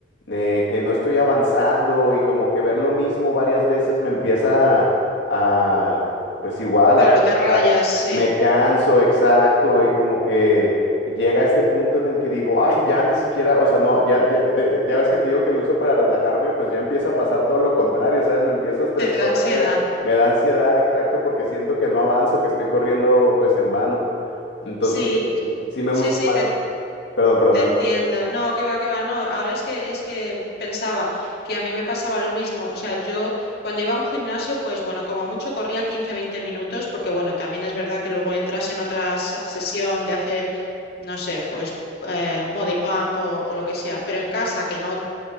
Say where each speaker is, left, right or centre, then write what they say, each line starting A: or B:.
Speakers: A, on the left; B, on the left.
A: eh, que no estoy avanzando y como que ver lo mismo varias veces me empieza a, pues igual,
B: Claro,
A: a frustrar.
B: te rayas, sí.
A: Me canso, exacto, y como que llega este punto en el que digo, ay, ya ni siquiera, o sea, no, ya, ya, de- ya ves que te digo que lo uso para relajarme, pues ya empieza a pasar todo lo contrario, ¿sabes? Me empiezo a estresar
B: Te da
A: otra
B: ansiedad.
A: vez, me da ansiedad, exacto, porque siento que no avanzo, que estoy corriendo pues en vano. Entonces,
B: Sí, y-
A: sí me
B: sí,
A: gusta
B: sí,
A: más.
B: te,
A: Perdón, perdón,
B: Te
A: dale.
B: entiendo. No, que va, que va. No, ahora es que es que pensaba que a mí me pasaba lo mismo. O sea, yo cuando iba a un gimnasio, pues bueno, como mucho corría quince veinte minutos, porque bueno, también es verdad que luego entras en otra sa- sesión de hacer, no sé, pues eh, body pump o, o lo que sea. Pero en casa, que no